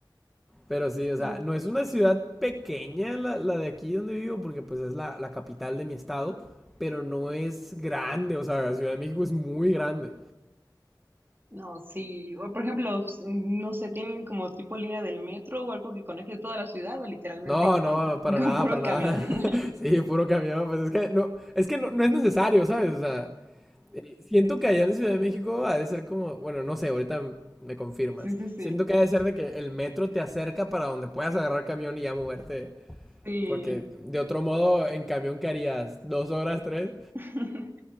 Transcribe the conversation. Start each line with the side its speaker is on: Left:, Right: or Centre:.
Centre: Pero sí,
Right: <laughs>
Centre: o sea,
Right: no
Centre: no es una ciudad pequeña la, la de aquí donde vivo, porque pues es la, la capital de mi estado, pero no es grande, o sea, la Ciudad de México es muy grande.
Right: No, sí. O, por ejemplo, s- no sé, tienen como tipo línea del metro o algo que conecte toda la ciudad o literalmente
Centre: No,
Right: con,
Centre: no, para
Right: <laughs> con
Centre: nada,
Right: puro
Centre: para nada.
Right: camión. <laughs>
Centre: <laughs> sí, puro camión, pues es que no, es que no, no es necesario, ¿sabes? O sea, eh, siento que allá en Ciudad de México ha de ser como, bueno, no sé, ahorita me confirmas.
Right: Sí, sí, sí.
Centre: Siento que ha de ser de que el metro te acerca para donde puedas agarrar camión y ya moverte,
Right: Sí.
Centre: porque de otro modo en camión que harías dos horas, tres.
Right: <laughs>